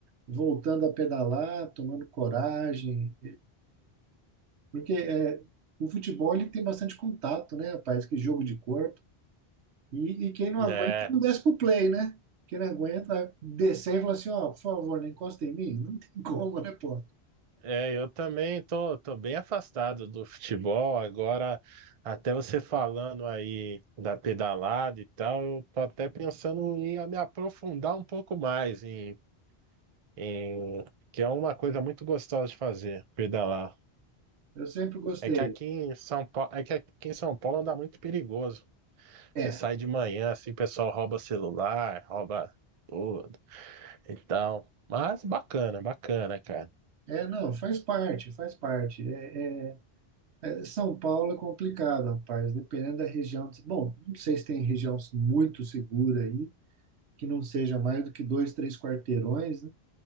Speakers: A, on the right; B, on the right.
A: voltando a pedalar, tomando coragem, Porque é, o futebol ele tem bastante contato, né, rapaz? Que jogo de corpo. E, e quem não
B: é,
A: aguenta não desce pro play, né? Quem não aguenta vai descer e falar assim, ó, por favor, não encosta em mim. <laughs> Não tem como, né, pô?
B: é, eu também tô, tô bem afastado do futebol. Agora, até você falando aí da pedalada e tal, eu tô até pensando em me aprofundar um pouco mais em em- que é uma coisa muito gostosa de fazer, pedalar.
A: Eu sempre gostei.
B: É que aqui em São Paulo, é que aqui em São Paulo anda muito perigoso.
A: É,
B: Você sai de manhã, assim, o pessoal rouba celular, rouba tudo e tal. Mas bacana, bacana, cara.
A: é, não, faz parte, faz parte. É, é, é, São Paulo é complicado, rapaz, dependendo da região. Bom, não sei se tem região muito segura aí, que não seja mais do que dois, três quarteirões, né?